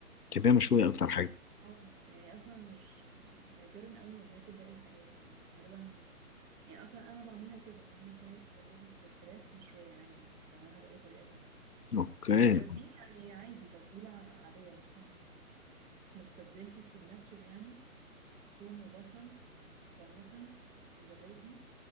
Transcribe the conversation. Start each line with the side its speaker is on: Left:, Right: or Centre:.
Left: بتحبيها مشوية أكتر حاجة
Right: اه يعني اصلا مش نادرا قوي ما بناكل باقي الحاجات يعني غالبا يعني اصلا انا بعملها كده بعمل صينيه بطاطس بالفراخ مشويه عادي مش بعملها باي طريقه تانية
Left: أوكي
Right: والتتبيل يعني عادي تتبيلة عادية ممكن ما استبدلتي السيجناتشر يعني توم وبصل وطماطم وزبادي